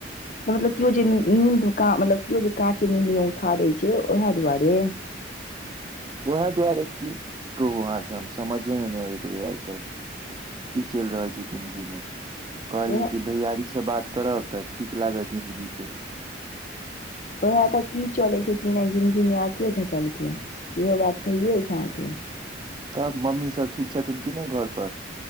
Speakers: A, on the left (about 45°); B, on the right (about 25°).
A: मतलब केओ जे नीद मतलब केओ जे काँचे नीद उठा दै छै उएह दुआरे
B: उएह दुआरे की की कहू अहाँके हम समझेमे नहि अबैत रहहिय आइ काल्हि की चलि रहल छै जिंन्दगी में
A: उएह
B: कहलियी कि भैयारी से बात करब तऽ ठीक लागत जिन्दगी के
A: उह तऽ की चले छै की नहि जिन्दगी मे आब के झकलकै इहो बात सहिे अछि छै अहाँ के
B: तब मम्मीसभ ठीक छथिन कि नहि घर पर